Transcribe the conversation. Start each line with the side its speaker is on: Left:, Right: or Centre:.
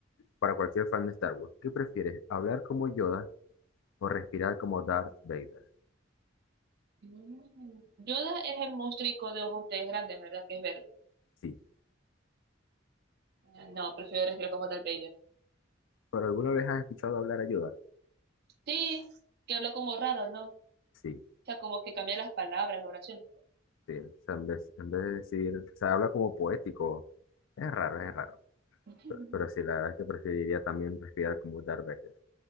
Left: para cualquier fan de Star Wars. ¿Qué prefieres, hablar como Yoda o respirar como Darth Vader?
Right: Mm, Yoda es el monstruico de ojos de grandes, ¿verdad? Que es verde.
Left: Sí.
Right: Eh, No, prefiero respirar como Darth Vader.
Left: ¿Pero alguna vez has escuchado hablar a Yoda?
Right: Sí, que habla como raro, ¿no? O
Left: Sí,
Right: sea, como que cambia las palabras, la oración.
Left: sí. O sea, en vez, en vez de decir, o sea, habla como poético. Es raro, es raro.
Right: <laughs>
Left: Pero, pero sí, la verdad es que preferiría también respirar como Darth Vader.